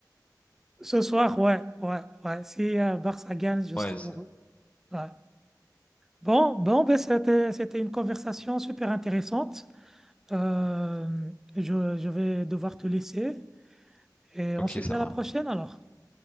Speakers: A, in the centre; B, on the left (about 20°).
A: Ce soir, ouais, ouais, ouais. Si euh, Barça gagne, je
B: Ouais,
A: serai
B: c'est-
A: heureux. Ouais. Bon, bon, ben c'était, c'était une conversation super intéressante. Euh, je, je vais devoir te laisser et on
B: ok,
A: se dit
B: ça
A: à
B: va.
A: la prochaine alors.